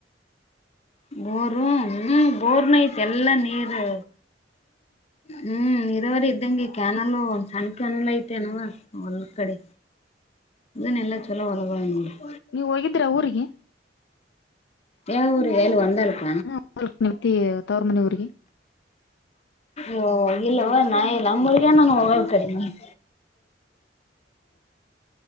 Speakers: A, on the left (about 35°); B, on the left (about 70°).
A: <unintelligible> ಹ್ಮ್ ಬೋರ್ನ ಐತ್ ಎಲ್ಲ ನೀರು ಹ್ಮ್ ಇದವರೆ ಅಂಗೆ ಕ್ಯಾನಲ್ ಒಂದ್ ಸಣ್ಣ ಕ್ಯಾನಲ್ ಐತೆನವ ಒಂದ ಕಡೆ ಇದನೆಲ್ಲಾ ಚೊಲೋ <unintelligible>
B: ನೀವ್ ಹೋಗಿದ್ರ ಊರಿಗೆ
A: ಏ ಅವ್ರ್ ಹೇಳ್ ಒಂದಲ್ಕ
B: ಹಾ, ಹೋಗ್ಬೇಕ್ ನಿಮ್ ತಿ ತವ್ರ ಮನಿ ಊರಿಗೆ
A: ಓ ಇಲ್ಲವ್ವ ನಾ ಇಲ್ಲ. ನಮ್ಮೂರ್ಗೆ ನಾನ್ ಹೋಗದ್ ಕಡಿಮಿ. <inaudible>